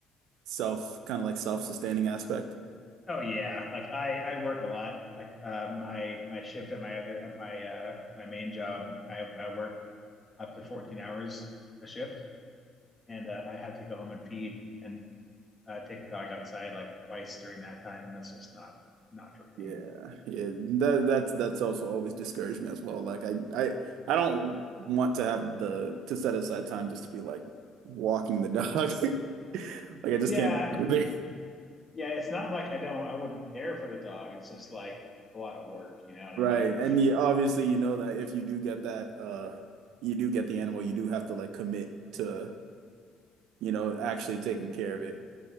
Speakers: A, on the right; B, on the left.
A: self kind of like self-sustaining aspect?
B: Oh yeah, like I I work a lot. Like uh, my my shift at my other at my uh my main job, I I work up to 14 hours a shift, and uh, I have to go home and feed and uh, take a dog outside like twice during that time, and that's just not not for me.
A: Yeah, yeah. That that's that's also always discouraged me as well. Like I I I don't want to have the to set aside time just to be like walking the dog. <laughs> Like I just
B: Yeah,
A: can't be
B: yeah, it's not like I don't I wouldn't care for the dog. It's just like a lot of work,
A: <laughs>
B: you know what
A: Right.
B: I mean?
A: And you obviously you know that if you do get that uh you do get the animal, you do have to like commit to, you know, actually taking care of